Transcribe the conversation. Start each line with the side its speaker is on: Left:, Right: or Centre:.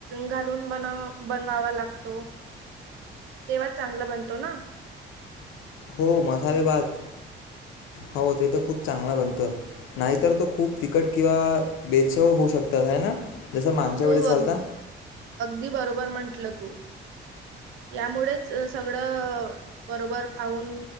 Right: घालून बन बनवावा लागतो तेव्हाच चांगला बनतो ना.
Left: हो मसाले भात हो ते तर खूप चांगला बनतं. नाहीतर तो खूप तिखट किंवा बेचाव होऊ शकतात आहे ना. जसं मागच्या
Right: हो
Left: वेळेस झालता
Right: अग अगदी बरोबर म्हंटलं तू यामुळेच सगळं बरोबर पाहून